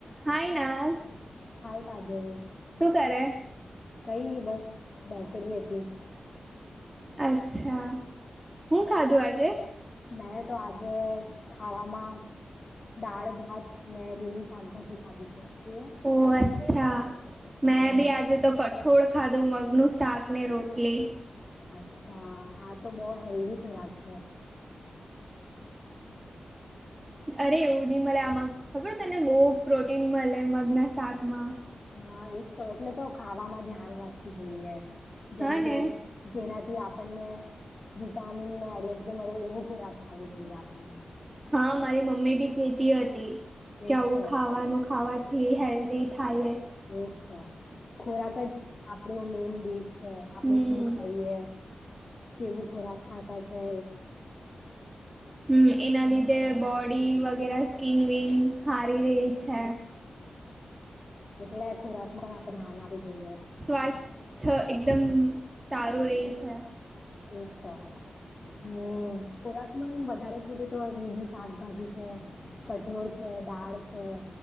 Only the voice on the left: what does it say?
હાય કાજલ
કઈ નહી બસ બેસેલી હતી
મેં તો આજે ખાવામાં દાળ ભાત ને લીલી શાકભાજી ખાધી છે તું એ
હમ,
અચ્છા આ તો બહ હેલ્ધી ખોરાક છે
હા એજ તો એટલે તો ખાવામાં ધ્યાન રાખવું જોઈએ જેમ
કે
જેનાથી આપણને વિટામિન ને એલર્જી મળે એવું ખોરાક ખાવું જોઈએ આપણને
એજ
તો
બેસ્ટ ખોરાક જ આપણું મેન ડીશ છે આપડ
શું ખાઈએ? કેવું ખોરાક ખાતા છે?
એટલે ખોરાક માં પણ આપડણે હ્યાન આવવું જોઈએ
તો હમ ખોરાક માં એમ વધારે પૂરતે તો લીલી શાકભાજી છે કઠોળ છે દાળ છે.